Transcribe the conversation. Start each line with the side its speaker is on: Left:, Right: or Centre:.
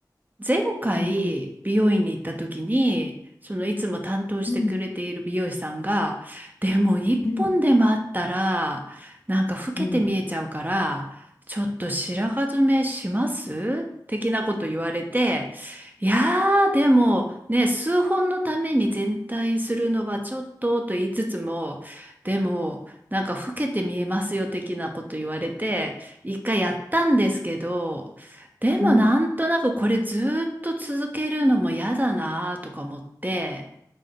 Right: 前回美容院に行った時に、
Left: うん
Right: そのいつも担当してくれている美容師さんが、
Left: うん
Right: でも一本でもあったら、
Left: うん
Right: なんか老けて見えちゃうから、
Left: うんうん
Right: ちょっと白髪染めします的なこと言われて、いやーでもね、数本のために全体するのはちょっとと言いつつも、でもなんか老けて見えますよ的なこと言われて、一回やったんですけど、でもなんとなくこれずっと続けるのも嫌だなとか思って、
Left: う